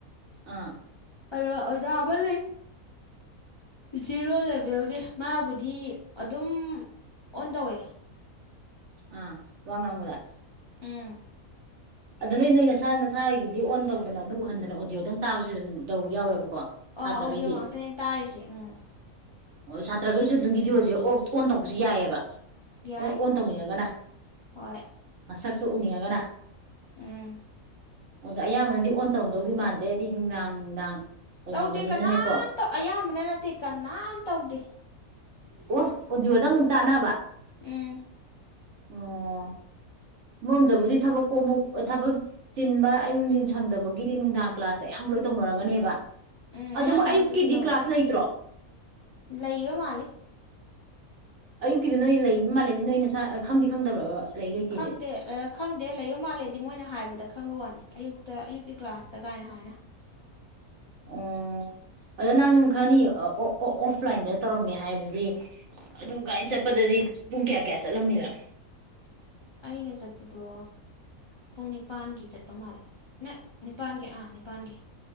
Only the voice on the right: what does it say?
ꯑꯥ
ꯑꯥ ꯋꯥꯉꯥꯡꯃꯗ
ꯑꯗꯨ ꯅꯣꯏ ꯅꯣꯏ ꯅꯁꯥ ꯅꯁꯥꯔꯒꯤꯗꯤ ꯑꯣꯟ ꯇꯧꯗꯅ ꯑꯗꯨꯝ ꯎꯍꯟꯗꯅ ꯑꯣꯗꯤꯑꯣꯗꯪ ꯇꯥꯕꯁꯨ ꯑꯗꯨꯝꯧ ꯌꯥꯎꯋꯦꯕꯀꯣ
ꯁꯥꯇ꯭ꯔꯈꯩꯗꯤ
ꯍꯣꯏ ꯁꯥꯇ꯭ꯔꯈꯩꯁꯨ ꯑꯗꯨꯝ ꯚꯤꯗꯤꯑꯣꯁꯦ ꯑꯣꯐ ꯑꯣꯟ ꯇꯧꯕꯁꯨ ꯌꯥꯏꯑꯕ
ꯑꯣ ꯑꯣꯟ ꯇꯧꯅꯤꯡꯉꯒꯅ
ꯃꯁꯛꯁꯨ ꯎꯅꯤꯉꯒꯅ
ꯑꯣꯗ ꯑꯌꯥꯝꯕꯅꯗꯤ ꯑꯣꯟ ꯇꯧꯔꯝꯗꯧꯗꯤ ꯃꯥꯟꯗꯦ ꯑꯩꯗꯤ ꯅꯨꯡꯗꯥꯡ ꯅꯨꯡꯗꯥꯡ ꯇꯧꯅꯕꯅꯤꯅꯅꯦꯀꯣ
ꯑꯣ ꯑꯣꯗꯤꯌꫭꯗꯪ ꯇꯥꯟꯅꯕ
ꯑꯣ ꯃꯣꯏꯔꫭꯝꯗꯕꯨꯗꯤ ꯊꯕꯛꯀꯣꯃꯨꯛ ꯑꯣ ꯊꯕꯛ ꯆꯤꯟꯕ ꯑꯌꯨꯊꯤꯟ ꯁꯪꯗꯕꯒꯤꯗꯤ ꯅꯨꯡꯗꯥꯡ ꯀ꯭ꯂꯥꯁꯁꯦ ꯑꯌꯥꯝ ꯂꯣꯏ ꯇꯧꯅꯔꯒꯅꯦꯕ
ꯑꯗꯨꯝ
ꯑꯌꯨꯛꯀꯤꯗꯤ
ꯀ꯭ꯂꯥꯁ ꯂꯩꯇ꯭ꯔꯣ
ꯑꯌꯨꯛꯀꯤꯗ ꯅꯣꯏ ꯂꯩꯕ ꯃꯥꯜꯂꯦꯗꯤ ꯅꯣꯏ ꯅꯁꯥ ꯈꯪꯗꯤ ꯈꯪꯗꯕ꯭ꯔꯕ ꯂꯩ ꯂꯩꯇꯦꯁꯦ
ꯑꯣ ꯑꯗ ꯅꯪ ꯈꯔꯅꯤ ꯑꯣꯐꯂꯥꯏꯟꯗ ꯇꯧꯔꯝꯃꯦ ꯍꯥꯏꯗꯨꯗꯤ ꯑꯗꯨ ꯀꯥꯏꯅ ꯆꯠꯄꯗꯗꯤ ꯄꯨꯡ ꯀꯌꯥ ꯀꯌꯥ ꯆꯠꯂꯝꯃꯤꯕ